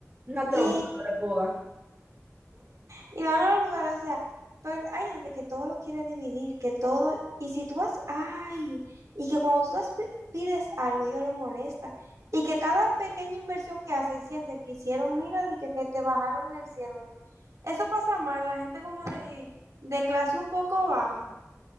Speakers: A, on the right (about 30°); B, on the right (about 80°).
A: una trompa
B: Y,
A: de boda,
B: y van a los lugares, o sea, pero hay gente que todo lo quiere dividir, que todo, y si tú vas, ay, y que cuando tú das- pides algo, ellos les molesta. Y que cada pequeña inversión que hacen sienten que hicieron, mira, de que, que te bajaron el cielo. Eso pasa más en la gente como de, de clase un poco baja,